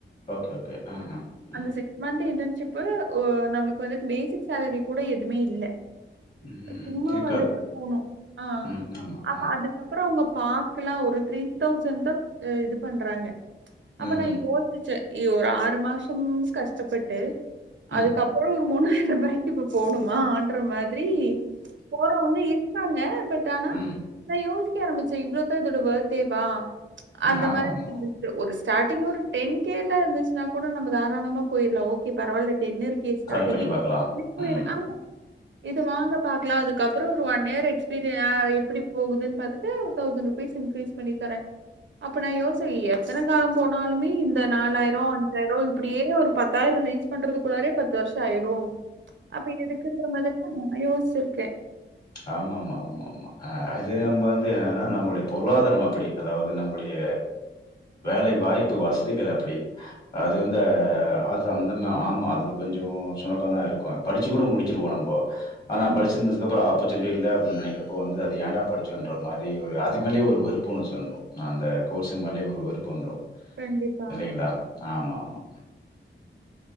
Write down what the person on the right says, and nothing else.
அந்த சிக்ஸ் மந்த்து இன்டன்ஷிப்பு ஓ நம்ளுக் கு வந்துட் பேசிக் சேலரி கூட எதுமே இல்ல
சும்மா
வந்துட்டு போணு ஆ
அப்ப
அதுக்கப்பறோ அவங்க பாக்கலா ஒரு த்ரி தௌசண்ட் தா அ இது பண்றாங்க அப்ப
நா யோசிச்ச எ ஒரு ஆறு மாசம் கஸ்டப்பட்டு
அதுக்கப்பறோ ஒரு மூணு <unintelligible> இப்ப போணுமா ஆன்ற மா திரி போறவங்க இருக்காங்க பட் ஆனா
நா யோசி கெ ஆரம்பிச்ச இவ்ளோதா இதோட வோத் தேவா
அந்த
மாரி <inaudible> ஒரு ஸ்டாட்டிங்ல ஒரு டென் கேலா இருந்துச்னாக் கூட நம்ம தாராளமா போயிர்லா ஓகே பரவாயில்ல டென்னு இருக்கே ஸ்டாட்டிங்கே
அப்டியே
போயிரு
ஆ இது வாங்க பாக்லா அதுக்கப்பறோ ஒரு ஒன் இயர் எக்ஸ்பீரியா ஆ எப்டி போகுதுன் பாத்துட்டு ஒரு தௌசண்ட் ருபீஸ் இன்க்ரீஸ் பண்ணி தர அப்ப நா யோஷ்சே எத்தன காலம் போனாலுமே இந் த நாலாயிரொ அஞ்சாயிரொ இப்டியே ஒரு பத் தாயிரொ ரீச் பண்றதுக்குள்ளாரே பத்து வர்ஷோ ஆயிரு அப்ப இது எதுக்குன்ற மாதிரி தா நா யோசிச்சிருக் கே
ஆமா
கண்டிப்பா